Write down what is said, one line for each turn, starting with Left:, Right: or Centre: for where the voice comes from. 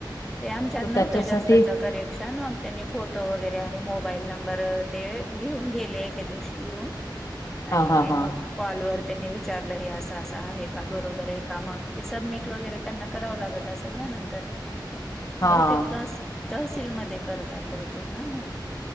Centre: ते आमच्यात
Left: तर
Centre: नव्हतं
Left: त्याच्यासाठी
Centre: जास्तच करेक्शन न. त्यांनी फोटो वगैरे आणि मोबाईल नंबर ते घेऊन गेले एके दिवशी येऊन. आणि
Left: हा हा हा
Centre: मग कॉल वर त्यांनी विचारलं हे असं असं कॉल वर त्यांनी विचारलं आहे का बरोबर आहे का मग ते सबमिट वगैरे त्यांना करावं लागत असं. ते ना नंतर
Left: हा
Centre: बहुतेक तहस तहसीलमध्ये करतात बहुतेक ना हे.